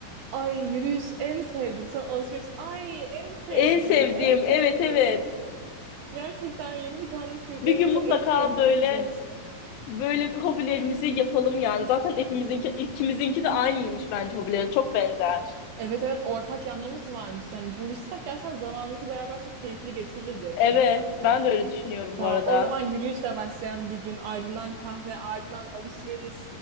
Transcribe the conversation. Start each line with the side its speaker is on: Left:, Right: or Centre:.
Right: ay yürüyüş en sevdiğim sonra alışveriş ay en sevdiğim
Left: En sevdiğim.
Right: en sevdiğim.
Left: Evet, evet.
Right: Gerçekten yeni bir tanesi yüklenince
Left: Bir gün mutlaka
Right: en sevdiğimiz
Left: böyle
Right: değişiyor.
Left: böyle bir hobilerimizi yapalım yani. Zaten hepimizinki ikimizinki de aynıymış bence hobileri. Çok benzer.
Right: Evet evet ortak yanlarımız varmış. Yani buluşsak gerçekten zamanımızı beraber çok keyifli geçiririz diye düşündüm
Left: Evet,
Right: ben de.
Left: ben de öyle düşünüyorum
Right: Tamam
Left: bu arada.
Right: o zaman yürüyüşle başlayan bir gün ardından kahve ardından alışveriş